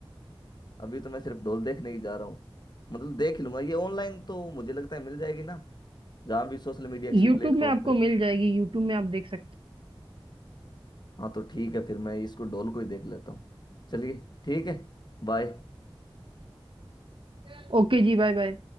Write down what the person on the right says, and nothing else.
यूट्यूब
में आपको
मिल जाएगी यूट्यूब में आप देख सकते
हो ओके जी बाय बाय